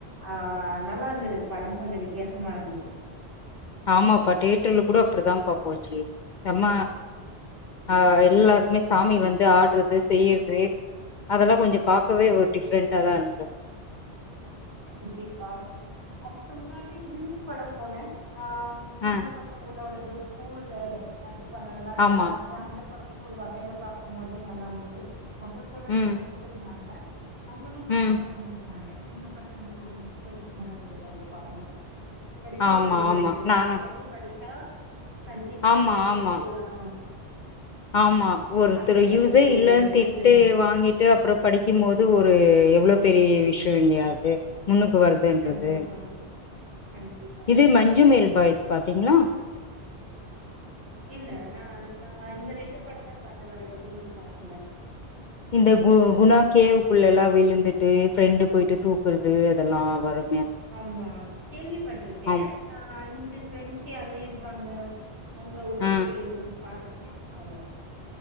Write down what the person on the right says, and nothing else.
ஆஹ் நல்லா இருந்தது படம் கொஞ்சம் வித்தியாசமா இருந்துது
கண்டிப்பா அதுக்கு முன்னாடி யூத் படம் போனே ஆஹ் சின்ன
பசங்களோடது ஸ்கூல்ல அது பண்ணதெல்லா
நல்லாருந்துது அந்த ஒடம்பு ஒரு வகைல பாக்கும்போது நல்லாருந்துது மொதன் மொதல்ல
நடிச்சிருந்தாங்க அவுங்களு நல்லாதா
பண்ணிருந்தாங்க எங்க பாத் நம்புளுக்கொரு இன்ஸ்ப்ரேஷனா இருந்துது அந்த பட படிக்கிற
பிள்ளைங்களுக்கு
கஷ்டப்பட்டு படிச் கண்டிப்பா
முயற்சி
செய்யலா
அப்டின்னு
சொல்லிட்டு
போட்டுருந்தே
கண்டிப்பா கண்டிப்பா
இல்ல நா அத ஆ இந்த ரெண் டு படந்தா பாத்த வேற எது நா பாக்குல
ஆமா கேள்விபட்ருக்கே
ஆ அஞ்சு ஃப்ரெண்ட்ஸ் யாரோ இருப்பாங்க அவுங்க உதவி
செய்யறதுன் பாத்துருக்கே அவ்ளோதா